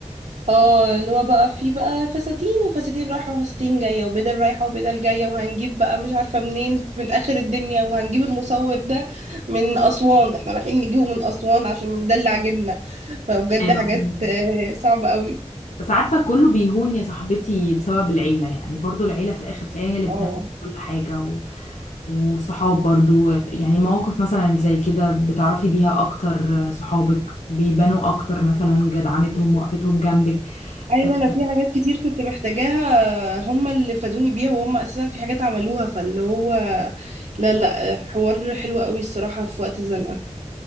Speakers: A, on the right; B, on the left.
A: اه اللي هو بقى في بقى فساتين وفساتين رايحة وفساتين جاية وبدل رايحة وبدل جاية وهنجيب بقى مش عارفة منين من آخر الدنيا وهنجيب المصور ده من أسوان احنا رايحين نجيبه من أسوان عشان ده اللي عاجبنا فبجد
B: ايوه
A: حاجات
B: فهمت
A: آه، صعبة قوي
B: بس عارفة كله بيهون يا صاحبتي بسبب العيلة يعني برضو العيلة في الآخر تلاقيها هي اللي بتهون
A: اه
B: كل حاجة و... وصحاب برضو يعني مواقف مثلا زي كده بتعرفي بيها أكتر صحابك بيبانوا أكتر مثلا جدعنتهم وقفتهم جنبك
A: ايوه
B: آه،
A: انا في حاجات كتير كنت محتاجاها هم اللي فادوني بيها وهم اساسا في حاجات عملوها فاللي هو لا لا حوار حلو قوي الصراحة في وقت الزنقة